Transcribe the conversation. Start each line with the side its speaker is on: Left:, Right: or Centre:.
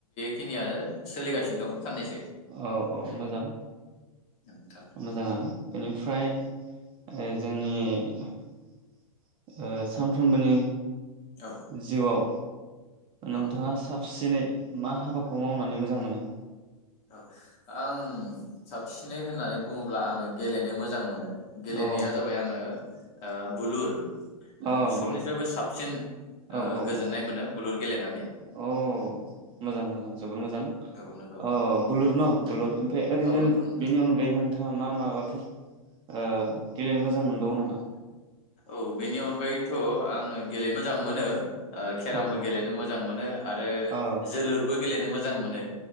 Left: खिनियानो सोलिगासिनो दं। साननैसो
Right: औ औ मोजां
Left: नोंथां
Right: मोजाङानो बेनिफ फ्राय ओ जोंनि ओ सानफ्रोमबोनि
Left: औ
Right: जिउआव
Left: औ
Right: नोंथाङा
Left: नोंथां
Right: साबसिनै मा हाबाखौ मावनानै मोजां मोनो?
Left: औ आं साबसिनै होननानै बुङोब्ला आङो गेलेनो मोजां मोनो। गेलेनाया
Right: औ
Left: जाबाय आङो आ बुलुर
Right: अ
Left: सबनिफ्रायबो
Right: बुलुर
Left: साबसिन
Right: औ
Left: ओ
Right: औ
Left: गोजोननाय
Right: औ
Left: मोनो बुलुर गेलेनानै
Right: अ मोजां मोजां जोबोर मोजां।
Left: औ नंगौ
Right: अ बुलुर न' बुलुर ओमफाय ओरैनो
Left: औ नंगौ नोंथां
Right: बेनि अनगायैबो नोंथाङा मा माबाफोर ओ गेलेनो मोजां मोनबावो नामा?
Left: औ बेनि अनगायैथ' आङो गेलेनो मोजां मोनो ओ केरामबो
Right: औ
Left: गेलेनो मोजां मोनो आरो
Right: औ
Left: जोलुरबो गेलेनो मो जां मोनो।